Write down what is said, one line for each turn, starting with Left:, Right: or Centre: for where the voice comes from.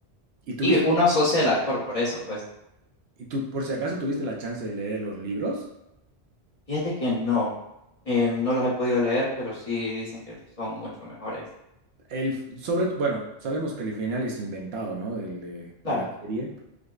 Right: ¿Y tuviste,
Left: Y uno asocia al actor por eso, pues.
Right: y tú por si acaso tuviste la chance de leer los libros?
Left: Fíjate que no, eh, no los he podido leer, pero sí dicen que son mucho mejores.
Right: El, sobre, bueno, sabemos que el final es inventado, ¿no? Del, de,
Left: Claro,
Right: de la serie,